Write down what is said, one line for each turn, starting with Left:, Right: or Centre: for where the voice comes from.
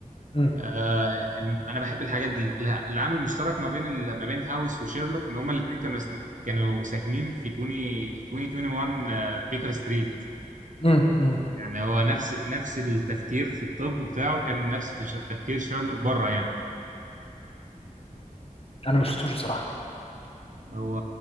Left: امم
Right: آه ال- انا بحب الحاجات دي الع- العامل المشترك ما بين ال- ما بين هاوس وشيرلوك ان هما الاثنين كانوا سن- كانوا ساكنين في 2021 آه بيكر ستريت
Left: امم امم
Right: يعني هو نفس نفس التفكير في الطب بتاعه كان نفس تش- تفكير شيرلوك بره يعني
Left: انا ما شفتوش بصراحة
Right: هو